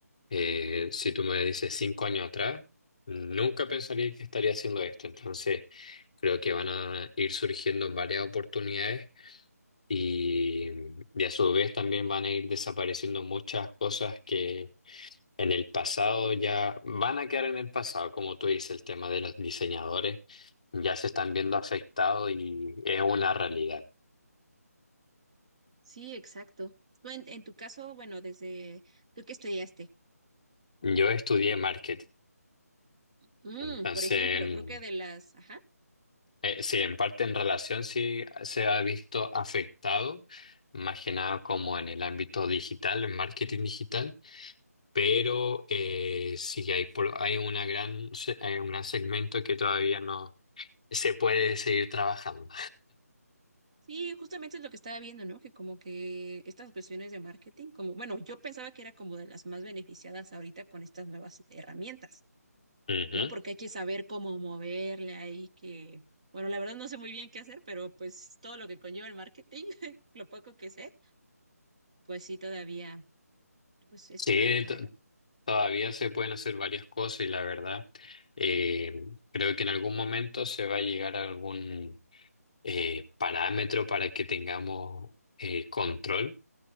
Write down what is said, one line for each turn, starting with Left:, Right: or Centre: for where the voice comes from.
Left: Eh, si tú me dices cinco años atrás, nunca pensaría que estaría haciendo esto. Entonces, creo que van a ir surgiendo varias oportunidades y, y a su vez también van a ir desapareciendo muchas cosas que en el pasado ya van a quedar en el pasado, como tú dices, el tema de los diseñadores ya se están viendo afectados y es una realidad.
Right: Sí, exacto. Tú En, en tu caso, bueno, desde tú que estudiaste,
Left: Yo estudié marketing,
Right: Mm,
Left: entonces
Right: por ejemplo,
Left: mm,
Right: creo que de las, ajá,
Left: eh, sí, en parte en relación sí se ha visto afectado, más que nada como en el ámbito digital, en marketing digital pero eh, sí hay, por- hay, una gran, se- hay un gran segmento que todavía no se puede seguir trabajando.
Right: sí, justamente es lo que estaba viendo, ¿no? Que como que estas cuestiones de marketing, como, bueno, yo pensaba que era como de las más beneficiadas ahorita con estas nuevas herramientas.
Left: Ujú.
Right: ¿no? Porque hay que saber cómo moverle ahí, que, bueno, la verdad no sé muy bien qué hacer, pero pues todo lo que conlleva el marketing, <laughs> lo poco que sé, pues sí, todavía, pues es
Left: Sí,
Right: una carrera.
Left: to- todavía se pueden hacer varias cosas y la verdad, eh, creo que en algún momento se va a llegar a algún eh, parámetro para que tengamos eh, control